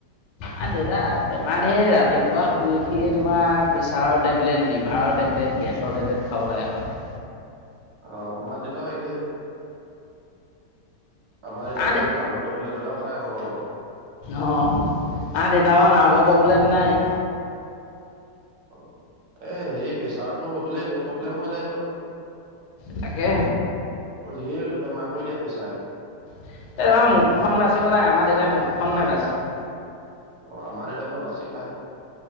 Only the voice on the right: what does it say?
অ' আমাৰ দেতাও একেই। আমাৰ এটা
সেই নাভৰ টেবলেট এটাও খাই আমাৰ লগতে।
অ' এ সেই প্ৰেচাৰটো হৈ গলে ঢেৰ প্ৰব্লেম হৈ যায়, অ'।
ঢেৰ বেমাৰ কৰি দিয়ে পেচাই।
অ' আমাৰ দেতাই বাও বাছি খায়।